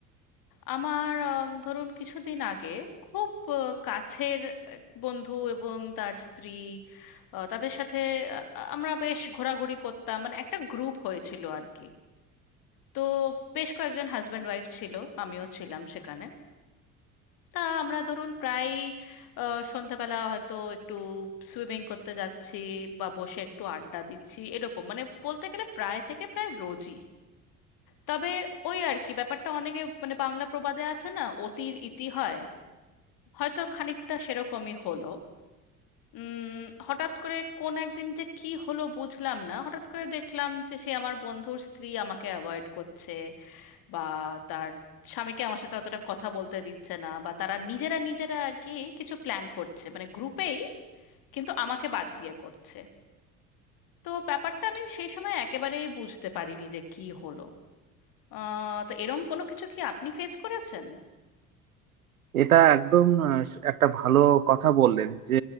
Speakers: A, on the left; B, on the right.
A: আমার আম, ধরুন কিছুদিন আগে খুব আ, কাছের এক বন্ধু এবং তার স্ত্রী আ, তাদের সাথে আ, আমরা বেশ ঘোরাঘুরি করতাম মানে একটা গ্রুপ হয়েছিল আর কি তো বেশ কয়েকজন হাজব্যান্ড ওয়াইফ ছিল আমিও ছিলাম সেখানে তা আমরা ধরুন প্রায় আ, সন্ধ্যাবেলা হয়তো একটু সুইমিং করতে যাচ্ছি বা বসে একটু আড্ডা দিচ্ছি এরকম মানে বলতে গেলে প্রায় থেকে প্রায় রোজই তবে ওই আর কি ব্যাপারটা অনেকে মানে বাংলা প্রবাদে আছে না অতির ইতি হয় হয়তো খানিকটা সেরকমই হলো উম হঠাৎ করে কোন একদিন যে কি হলো বুঝলাম না হঠাৎ করে দেখলাম যে সে আমার বন্ধুর স্ত্রী আমাকে অ্যাভয়েড করছে বা তার স্বামীকে আমার সাথে অতটা কথা বলতে দিচ্ছে না বা তারা নিজেরা নিজেরা আর কি কিছু প্ল্যান করছে মানে গ্রুপেই কিন্তু আমাকে বাদ দিয়ে করছে তো ব্যাপারটা আমি সেই সময় একেবারেই বুঝতে পারিনি যে কি হলো আহ তো এরম কোনো কিছু কি আপনি ফেস করেছেন
B: এটা একদম আহ, একটা ভালো কথা বললেন যে